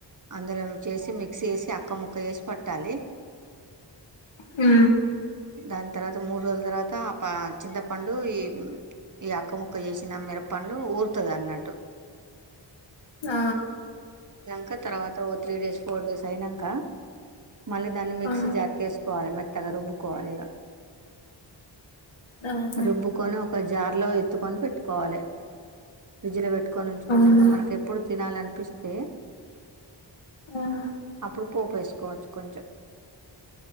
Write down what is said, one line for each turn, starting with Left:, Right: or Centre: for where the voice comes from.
Right: అందులో చేసి మిక్స్ీ చేసి అక్క ముక్క చెసి పట్టాలి
Left: హు
Right: దాని తర్వాత మూడు రోజుల తర్వాత ఆ చింతపండు ఈ ఈ అక్క ము క్క చేసిన మిరపంలు ఊరుతది అన్నట్టు
Left: ఆ
Right: కా తర్వాత ఓ త్రీ డేస్ ఫోర్ డేస్ అయినాక మళ్ళీ దాన్ని మిక్సీ
Left: ఆ
Right: జాకేసుకోవాలి మ తగా రుబ్బుకోవాలి ఇగ
Left: ఆ
Right: రుబ్బు కొని ఒక జార్ లో ఎత్తుకొని పెట్టుకోవాలే ఫ్రీడ్జ్ లో పెట్టు ంచుకున్నాక
Left: అవును
Right: మనకి ఇప్పుడు తినాలనిపిస్తే
Left: ఆ
Right: అప్పుడు పోపు వేసుకోవచ్చు కొంచెం